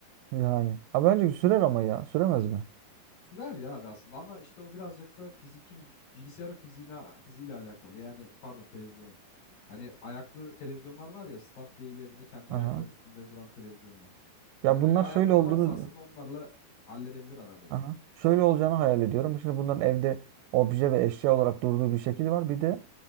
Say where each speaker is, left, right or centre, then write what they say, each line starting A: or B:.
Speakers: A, on the right; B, on the left.
A: yani. Ha bence sürer ama ya. Süremez mi?
B: Sürer ya abi aslında ama işte o birazcık da fiziki bir bilgisayarın fiziğine, fiziğiyle alakalı. Yani pardon televizyonun. Hani ayaklı televizyonlar var ya stand değil yerinde kendi
A: Aha.
B: ayakların üstünde duran televizyonlar. Hani
A: Ya
B: öyle
A: bunlar
B: ayakları
A: şöyle olduğunu
B: varsa aslında onlarla halledebilir arabayı.
A: Aha. Şöyle olacağını hayal ediyorum. Şimdi bunların evde obje ve eşya olarak durduğu bir şekil var. Bir de